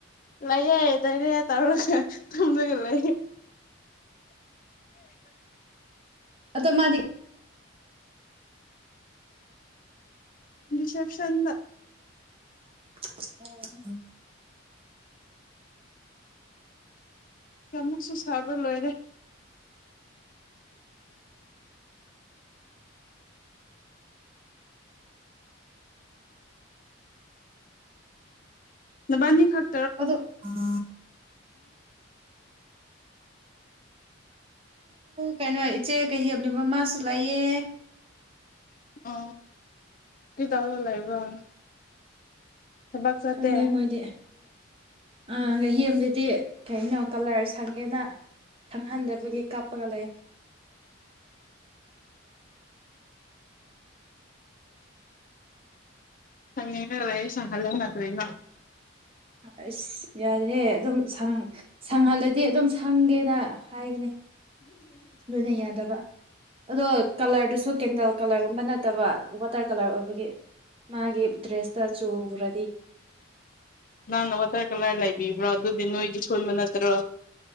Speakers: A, on the left (about 40°); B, on the right (about 25°).
A: ꯂꯩꯌꯦꯦꯗꯅꯦ ꯇꯔ ꯁꯖꯒꯂ
B: ꯑꯗꯣ ꯃꯥꯗꯤ
A: ꯔꯤꯁꯦꯞꯁꯟꯗ
B: ꯑꯣ
A: ꯀꯃꯛꯁꯨ ꯁꯕ ꯂꯣꯏꯔꯦ ꯅꯕꯥꯅꯤ ꯈꯥꯛ
B: ꯑꯗꯣ ꯎ ꯀꯩꯅꯣ ꯏꯆꯦ ꯀꯩ ꯍꯦꯝꯂꯤ ꯃꯃꯥꯁꯨ ꯂꯥꯛꯑꯦ
A: ꯑ ꯀ ꯇ ꯂꯩꯕ꯭ꯔꯣ ꯊꯕꯛ ꯆꯠꯇꯦ
B: ꯈꯪꯗꯦ ꯃꯣꯏꯗꯤ ꯑ ꯗꯤ ꯀꯩꯅꯣ ꯀꯂꯔ ꯁꯪꯒꯦꯅ ꯁꯪꯍꯟꯗꯕꯒꯤ ꯀꯥꯞꯄꯒ ꯂꯩ
A: ꯁꯪꯅꯤꯡꯅ ꯂꯩꯥꯏ ꯁꯪꯍꯜꯂꯣꯅ ꯀꯔꯤꯅꯣ
B: ꯑꯁ ꯌꯥꯔꯤꯍꯦ ꯑꯗꯨꯝ ꯁꯪ ꯁꯪꯍꯥꯟꯗꯗꯤ ꯑꯗꯨꯝ ꯁꯪꯒꯦꯅ ꯍꯥꯏꯒꯅꯤ ꯂꯣꯏꯅ ꯌꯥꯗꯕ ꯑꯗꯣ ꯀꯂꯔꯗꯨꯁꯨ ꯀꯦꯟꯗꯦꯜ ꯀꯂꯔꯒꯨꯝꯕ ꯅꯠꯇꯕ ꯇꯥꯔ ꯀꯂꯔ ꯑꯣꯏꯕꯒꯤ ꯃꯥꯒꯤ ꯗ꯭ꯔꯦꯁꯇ ꯆꯨꯔ
A: ꯅꯋꯥ ꯀꯂꯥꯏꯔꯂ ꯂꯩꯕꯤ ꯏꯕ꯭ꯔꯣ ꯑꯗꯨꯗꯤ ꯁ ꯃꯅꯠꯇ꯭ꯔ